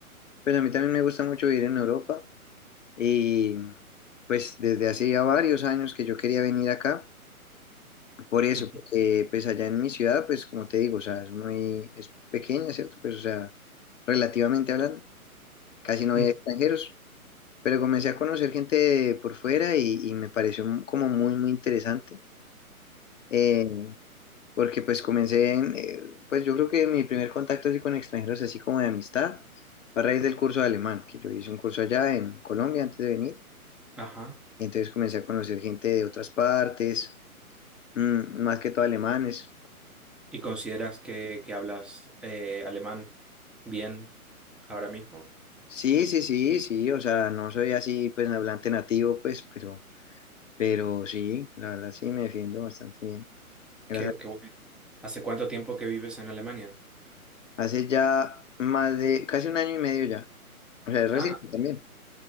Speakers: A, on the left (about 55°); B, in the centre.
A: pues a mí también me gusta mucho vivir en Europa y pues desde hace ya varios años que yo quería venir acá, por eso,
B: Ujú,
A: porque pues allá en mi ciudad, pues como te digo, o sea, es muy, es pequeña, ¿cierto? Pues o sea, relativamente hablando, casi no
B: ujú.
A: había extranjeros, pero comencé a conocer gente por fuera y, y me pareció como muy, muy interesante. Eh, porque pues comencé en, eh, pues yo creo que mi primer contacto así con extranjeros, así como de amistad, fue a raíz del curso de alemán, que yo hice un curso allá en Colombia antes de venir,
B: Ajá.
A: y entonces comencé a conocer gente de otras partes, mm, más que todo alemanes.
B: ¿Y consideras que, que hablas eh, alemán bien ahora mismo?
A: Sí, sí, sí, sí, o sea, no soy así pues hablante nativo, pues, pero, pero sí, la verdad sí me defiendo bastante bien. Gracias.
B: Qué, qué bueno. ¿Hace cuánto tiempo que vives en Alemania?
A: Hace ya más de, casi un año y medio ya, o sea, es reciente
B: Ah,
A: también.